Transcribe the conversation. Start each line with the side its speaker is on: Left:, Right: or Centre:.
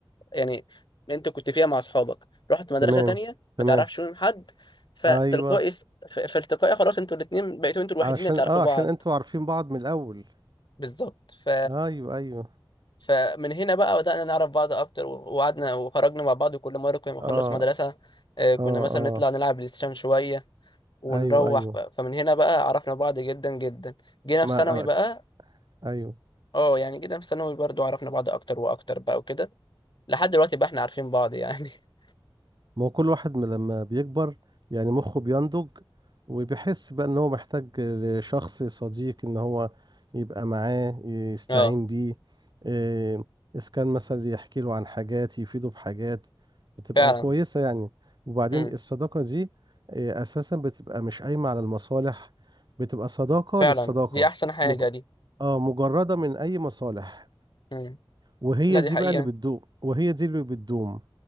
Left: يعني انت كنت فيها مع اصحابك رحت مدرسه
Right: تمام
Left: تانية
Right: تمام
Left: ما تعرفش منهم حد فتلقائي
Right: ايوه
Left: ف- فالتقائي خلاص انتوا الاثنين بقيتوا انتوا الوحيدين
Right: علشان
Left: اللي تعرفوا
Right: اه
Left: بعض
Right: عشان انتوا عارفين بعض من الاول
Left: بالظبط ف
Right: ايوه ايوه
Left: فمن هنا بقى بدأنا نعرف بعض اكتر و- وقعدنا وخرجنا مع بعض وكل مره كنا بنخلص
Right: اه
Left: مدرسه آه، كنا
Right: اه
Left: مثلا
Right: اه
Left: نطلع نلعب بلاي ستيشن شويه ونروح
Right: ايوه ايوه
Left: ف... فمن هنا بقى عرفنا بعض جدا جدا جينا
Right: ما
Left: في ثانوي
Right: ما-
Left: بقى
Right: ايوه
Left: اه يعني جينا في ثانوي برضو عرفنا بعض اكتر واكتر بقى وكده لحد دلوقتي بقى احنا عارفين بعض يعني <laughs>
Right: ما هو كل واحد من لما بيكبر يعني مخه بينضج وبيحس بقى ان هو محتاج لشخص صديق ان هو يبقى معاه يستعين
Left: اه
Right: بيه إيه، اذا كان مثلا يحكي له عن حاجات يفيده بحاجات بتبقى
Left: فعلا
Right: كويسة يعني وبعدين
Left: امم
Right: الصداقة دي إيه، اساسا بتبقى مش قايمة على المصالح بتبقى صداقة
Left: فعلا
Right: للصداقة
Left: دي احسن حاجة
Right: مج...
Left: دي
Right: اه مجردة من اي مصالح
Left: امم
Right: وهي
Left: لا دي
Right: دي
Left: حقيقة
Right: بقى اللي بتدوم وهي دي اللي بتدوم